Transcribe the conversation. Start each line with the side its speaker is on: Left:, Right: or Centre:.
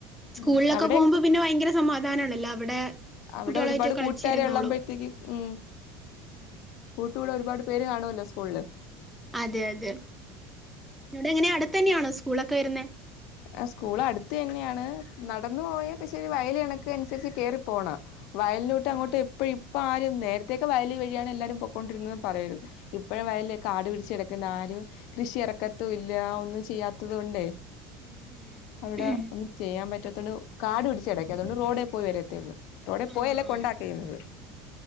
Centre: സ്കൂളിലൊക്കെ
Left: ഉം, അവിടെയും
Centre: പോകുമ്പോ പിന്നെ ഭയങ്കര സമാധാനം ആണല്ലോ അവിടെ
Left: അവിടെ
Centre: കുട്ടികളായിട്ട്
Left: ഒരുപാട്
Centre: കളിച്ചിരുന്നോളും
Left: കൂട്ടാര് ഉള്ളമ്പോഴത്തേക്ക് ഉം
Centre: ഉം
Left: കൂടെ ഒരുപാട് പേര് കാണോല്ലോ സ്കൂളില്
Centre: അതെ അതെ ഇടെ എങ്ങനെ അടുത്ത തന്നെയാണോ സ്കൂളൊക്കെ വരുന്നെ
Left: ആ സ്കൂൾ അടുത്ത് തന്നെയാണ് നടന്നു പോയ പക്ഷെ ഒരു വയല് കണക്ക് അനുസരിച്ച് കേറിപ്പോണം വയലിലോട്ട്
Centre: ആഹ്
Left: അങ്ങോട്ടും എപ്പഴും ഇപ്പ ആരും നേരത്തേക്കെ വയല് വഴിയാണ് എല്ലാരും പോക്കൊണ്ടിരുന്നതന്ന് പറയരുത് ഇപ്പഴ
Centre: ഉം
Left: വയലയ് കാട് പിടിച്ചെട്ക്ക ആരും കൃഷി ഇറക്കത്തും ഇല്ല ഒന്നും ചെയ്യാത്തത് കൊണ്ടേയ്
Centre: ഉം
Left: അവിടെ
Centre: ഉം
Left: ഒന്നും ചെയ്യാൻ പറ്റാത്തൊണ്ട് കാട് പിടിച്ചട്ക്കാ അതുകൊണ്ട് റോഡേ പോയി വരത്തേള്ളൂ റോഡേ പോയല്ലേ
Centre: ആഹ്
Left: കൊണ്ടാക്കേ ചെയ്തത്